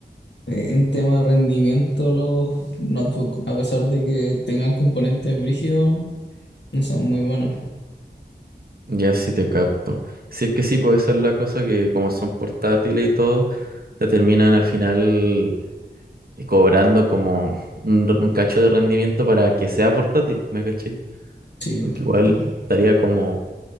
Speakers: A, on the left (about 80°); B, on the right (about 60°).
A: eh, en tema de rendimiento los notebooks, a pesar de que tengan componentes brígidos, no son muy buenos.
B: Ya sí te capto. Si es que sí, pues esa es la cosa que como son portátiles y todo, te terminan al final eh, cobrando como un, r- un cacho de rendimiento para que sea portátil, ¿me caché?
A: Sí,
B: Porque igual
A: no,
B: estaría como